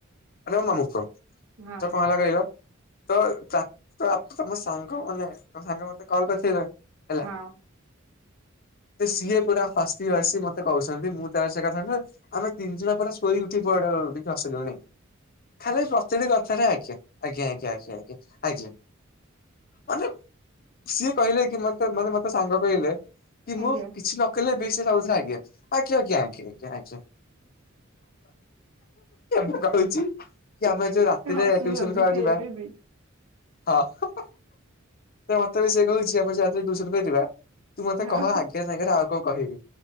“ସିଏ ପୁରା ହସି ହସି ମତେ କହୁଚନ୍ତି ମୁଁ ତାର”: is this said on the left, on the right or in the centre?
Left